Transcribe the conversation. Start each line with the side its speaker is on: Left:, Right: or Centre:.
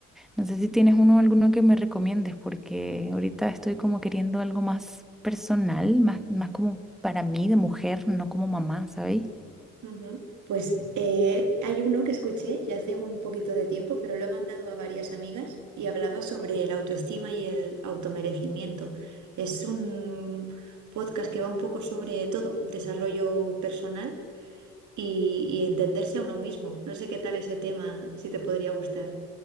Centre: no sé si tienes uno alguno que me recomiendes, porque ahorita estoy como queriendo algo más personal, más, más como para mí de mujer, no como mamá, ¿sabéis?
Right: Ujú. Pues eh, hay uno que escuché ya hace un poquito de tiempo, pero lo he mandado a varias amigas y hablaba sobre la autoestima y el automerecimiento. Es un podcast que va un poco sobre todo, desarrollo personal y, y entenderse a uno mismo. No sé qué tal ese tema, si te podría gustar.